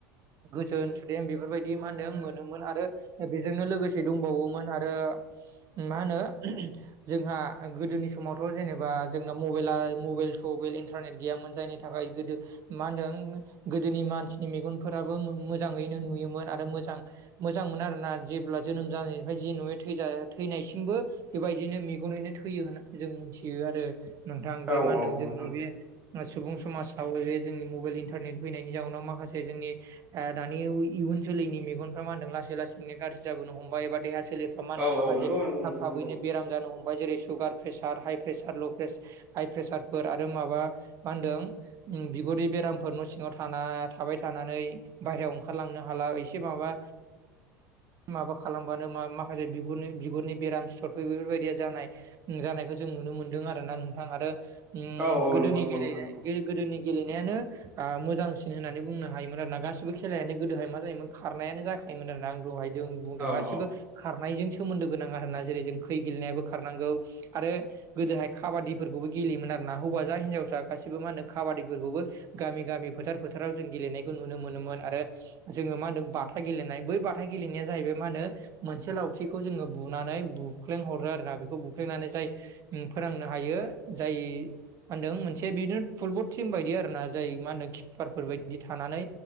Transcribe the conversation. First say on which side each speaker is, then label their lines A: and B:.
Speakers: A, on the right; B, on the right.
A: गोजोन सुदेम बेफोरबायदि मा होनदों मोनोमोन आरो बेजोंनो लोगोसे दंबावोमोन आरो मा होनो जोंहा गोदोनि समावथ' जेनेबा जोंना मबाइला मबाइल मबाइल इन्टारनेट गैयामोन जायनि थाखाय गोदो मा होनदों गोदोनि मानसिनि मेगनफोराबो मोजाङैनो नुयोमोन आरो मोजां मोजांमोन आरोना जेब्ला जोनोम जानायनिफ्राय जि नुयो थैनायसिमबो बेबायदिनो मेगनैनो थैयो होननानै जों मिथियो आरो नोंथां
B: औ
A: बे मा होनदों
B: औ
A: जोंनि
B: नोंथां
A: बे सुबुं समाजाव जोंनि मबाइल इन्टारनेट फैनायनि जाउनाव माखासे जोंनि दानि इयुन जोलैनि मेगनफ्रा मा होनदों लासै लासैनो गाज्रि जाबोनो हमबाय एबा देहा सोलेरफ्रा मा होनो
B: औ
A: माखासे
B: औ नंगौ नंगौ
A: थाब
B: नोंथां
A: थाबैनो
B: नंगौ
A: बेराम जानो हम बाय जेरै सुगार प्रेसार हाइ प्रेसार ल' प्रेसार हाइ प्रेसारफोर आरो माबा मा होनदों ओ बिगुरनि बेरामफोर न' सिङाव थाना थाबाय थानानै बायहेरायाव ओंखारलांनो हाला एसे माबा माबा खालामबानो मा माखासे बिगुरनि बिगुरनि बेराम सिथरफोर बेफोरबायदिया जानाय जानायखौ जों नुनो मोनदों आरो ना नोंथां आरो उ
B: औ औ
A: गोदोनि
B: नंगौ नंगौ
A: गेलेनाय
B: नोंथां नंगौ
A: गोदोनि गेलेनायानो मोजांसिन होननानै बुंनो हायोमोन आरो ना गासिबो खेलायानो गोदोहाय मा जायोमोन खारनायानो जाखायोमोन आरो ना आं दहाय जों बुंदों
B: औ
A: गासिबो
B: औ
A: खारनायजों सोमोन्दो गोनां आरोना जेरै जों खै गेलेनायाबो खारनांगौ आरो गोदोहाय खाबादिफोरखौबो गेलेयोमोन आरोना हौवासा हिन्जावसा गासैबो मा होनो काबादिफोरखौबो गामि गामि फोथार फोथाराव जों गेलेनायखौ नुनो मोनोमोन आरो जोङो मा होनदों बाथा गेलेनाय बै बाथा गेलेनाया जाहैबाय मा होनो मोनसे लावथिखौ जोङो बुनानै बुख्लेंहरो आरोना बेखौ बुख्लेंनानै जाय फोनांनो हायो जाय मा होनदों मोनसे बिदिनो फुटबल टिम बायदि आरो ना जाय मा होनदों किपारफोर बायदि बिदि थानानै